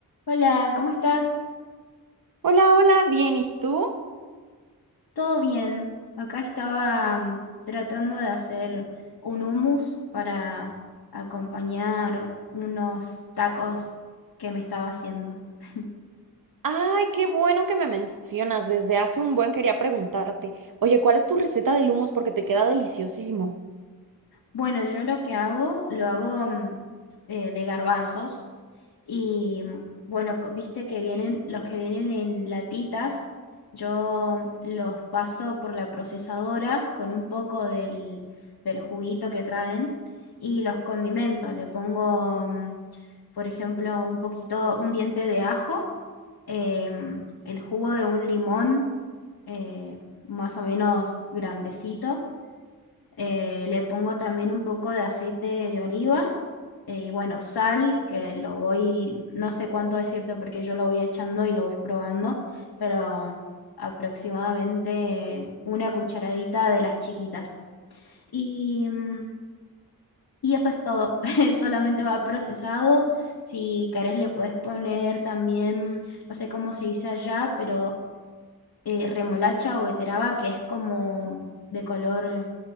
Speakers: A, on the left; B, on the right.
A: Hola, ¿cómo estás?
B: Hola, hola, bien, ¿y tú?
A: ¿Todo bien? Acá estaba mm, tratando de hacer un hummus para acompañar unos tacos que me estaba haciendo. <laughs>
B: Ay, qué bueno que me mencionas. Desde hace un buen quería preguntarte. Oye, ¿cuál es tu receta de humos? Porque te queda deliciosísimo.
A: Bueno, yo lo que hago, lo hago mm, eh, de garbanzos y mm, bueno, co- viste que vienen, los que vienen en latitas, yo mm, los paso por la procesadora con un poco del, del juguito que traen y los condimento. Le pongo, mm, por ejemplo, un poquito, un diente de ajo, em, el jugo de un limón eh, más o menos grandecito eh, le pongo también un poco de aceite de oliva eh, y bueno, sal, que lo voy, no sé cuánto decirte porque yo lo voy echando y lo voy probando, pero mm, aproximadamente una cucharadita de las chiquitas. Y, mm, y eso es todo, <laughs> solamente va procesado. Si querés le puedes poner también, no sé cómo se dice allá, pero eh, remolacha o beteraba que es como de color